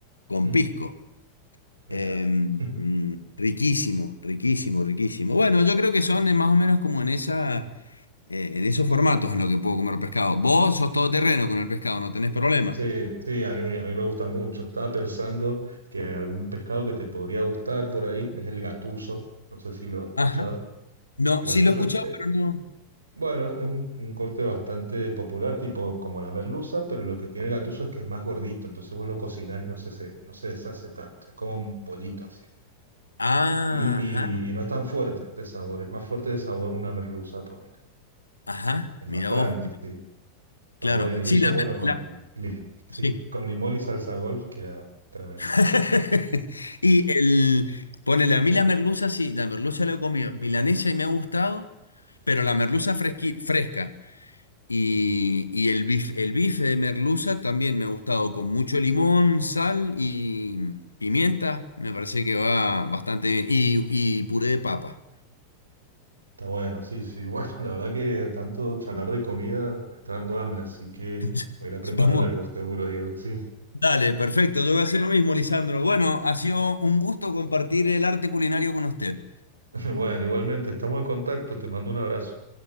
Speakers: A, on the left; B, on the right.
A: con
B: ¿Mm?
A: pisco.
B: Mira.
A: Eh, mm,
B: <laughs>
A: riquísimo, riquísimo, riquísimo. Bueno, yo creo que son eh, más o menos como en esa, eh, en esos formatos en lo que puedo comer pescado. Vos sos todoterreno con el pescado, no tenés problema.
B: Sí, sí, a mí, me- a mí me gusta mucho. Estaba pensando que algún pescado que te podría gustar por ahí es el gatuso. No sé si lo has escuchado.
A: Ajá. No,
B: El gatuso
A: sí lo he escuchado,
B: es, eh,
A: pero no.
B: bueno, es un, un corte bastante popular, tipo como la merluza, pero lo que tiene el gatuso es que es más gordito, entonces vos lo cocinás y no se, se- no se deshace tanto. Es como un pollito así.
A: Ah,
B: Y, y-
A: Ajá,
B: y no es tan fuerte de sabor, es más fuerte de sabor una merluza, ponele.
A: ajá,
B: Es más
A: mira
B: tranqui,
A: vos.
B: sí. Está
A: Claro,
B: bueno. Y
A: sí,
B: eso,
A: la,
B: bueno, con,
A: la-
B: li- sí,
A: sí.
B: con limón y salsa golf queda tremendo.
A: <laughs> Y el, ponele, a mí la merluza, sí, la merluza la he comido, milanesa y me ha gustado, pero la merluza fresqui- fresca y, y el bif, el bife de merluza también me ha gustado, con mucho limón, sal y pimienta, me parece que va bastante bien, y, y puré de papa.
B: Está bueno, sí, sí. <laughs> Bueno, la verdad que tanto charlar de comida me está dando hambre, así que
A: <laughs>
B: voy a ir a preparar
A: Vamos.
B: algo seguro, Diego. Sí.
A: Dale, perfecto, yo voy a hacer lo mismo, Lisandro. Bueno, ha sido un gusto compartir el arte culinario con usted.
B: <laughs> Bueno, igualmente, estamos en contacto. Te mando un abrazo.